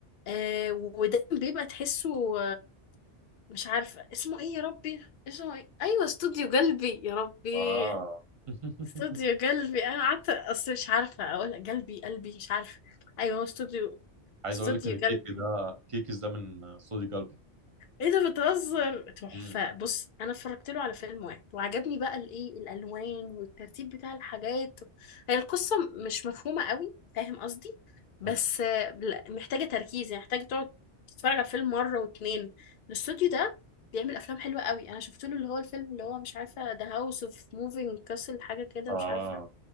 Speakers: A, on the left; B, on the right.
A: آه وده بيبقى تحسه مش عارفة اسمه ايه يا ربي اسمه ايه ايوه استوديو قلبي يا ربي
B: اه <laughs>
A: استوديو قلبي انا قعدت اصل مش عارفة اقول قلبي قلبي مش عارفة ايوه هو استوديو
B: عايز
A: استوديو
B: اقول لك ان كيكي
A: قلبي
B: ده كيكيز ده من صودي قلبي
A: ايه ده بتهزر تحفة
B: م-
A: بص انا اتفرجت له على فيلم واحد وعجبني بقى الايه الالوان والترتيب بتاع الحاجات هي القصة مش مفهومة قوي فاهم قصدي بس
B: م.
A: آه، لا، محتاجة تركيز يعني محتاجة تقعد تتفرج على الفيلم مرة واتنين الاستوديو ده بيعمل افلام حلوة قوي انا شفت له اللي هو الفيلم اللي هو مش عارفة ذا هاوس اوف موفينج كاسل حاجة كده
B: اه
A: مش عارفة